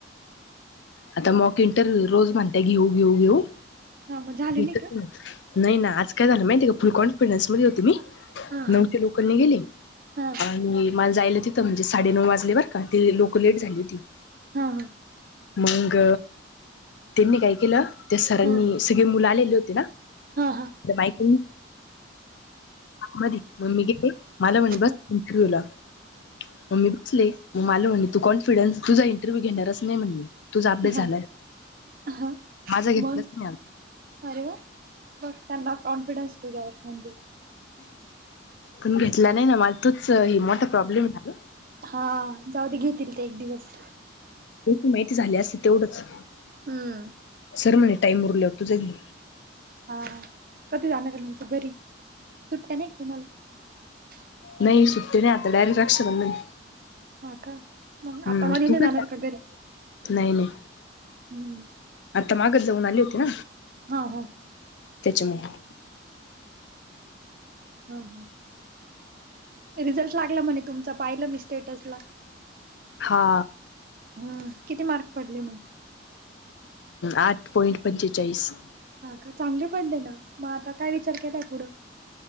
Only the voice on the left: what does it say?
आता मॉक इंटरव्ह्यू रोज म्हणताय घेऊ घेऊ घेऊ
नाही
ना आज काय झालं माहिती फुल कॉन्फिडन्स मध्ये होते मी
नऊशे लोकांनी गेली
आणि माझ जायलं तिथं म्हणजे साडे नऊ वाजल्यावरर का ती लोक लेट झाली होती
मग त्यांनी काय केलं त्या सरांनी
सगळे मुलं आलेले होते ना
मायक मध म मी गे मला म्हणे बस
इंटरव्ह्यू ला मग मी बसले मग आल म्हणे तू कॉन्फिडनस तुझा इंटरव्ह्यू घेणार असं नाही म्हण तुझ अपडेेस
झालाय
माझा घेतलाच
नाही आला
पण घेतला नाही ना मला तूच ह मोठा प्रॉब्लेम झाला
माहिती झाली असते तेवढंच
तरर म्हणे टाईमवररले होतोच आहे
नाही सुट्टी नाही आता डायरेक्ट रक्षाबंधनला
हम्म
तू
का
नाही नाही
आता मग जाऊन आले होती ना
त्याच्यामुळे
हा
आठ पॉइंट पंचेचाळीस